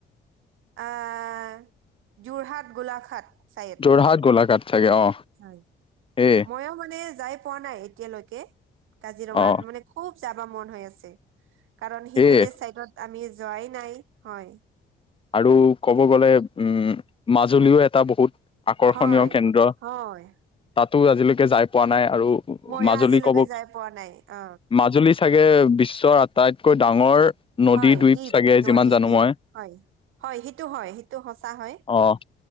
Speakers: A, on the right; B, on the left.
A: আহ, যোৰহাট, গোলাঘাট চাগে।
B: যোৰহাট, গোলাঘাট চাগে অ'।
A: হয়,
B: সেয়ে
A: মইও মানে যাই পোৱা নাই এতিয়ালৈকে, কাজিৰঙাত
B: অ
A: মানে খুব যাব মন হৈ আছে, কাৰণ
B: সেয়ে
A: সিফেলে চাইডত আমি যোৱাই নাই, হয়।
B: আৰু ক'ব গ'লে, উম, মাজুলীও এটা বহুত আকৰ্ষণীয়
A: হয়
B: কেন্দ্ৰ,
A: হয়
B: তাতো আজিলৈকে যাই পোৱা নাই আৰু
A: মইও
B: মাজুলী
A: আজিলৈকে
B: ক'ব,
A: যাই পোৱা নাই অ
B: মাজুলী চাগে বিশ্বৰ আটাইতকৈ ডাঙৰ নদীদ্বীপ
A: হয় দ্বীপ
B: চাগে,
A: নদী
B: যিমান জানোঁ
A: দ্বীপ
B: মই।
A: হয়, হয়, সিটো হয়, সিটো সঁচা হয়।
B: অ',